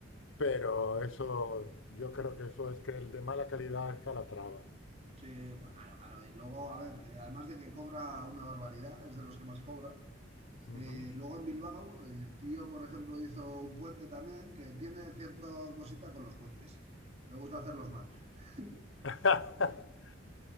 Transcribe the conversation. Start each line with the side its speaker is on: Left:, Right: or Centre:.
Left: pero eso, yo creo que eso es que el de mala calidad es Calatrava.
Right: sí, bueno, claro, claro. Y luego, a ver, eh, además de que cobra una barbaridad, es de los que más cobra.
Left: Ujú.
Right: eh, luego en Bilbao, el tío, por ejemplo, hizo un puente también, que tiene cierta cosita con los puentes. Le gusta hacerlos mal. <laughs>
Left: <laughs>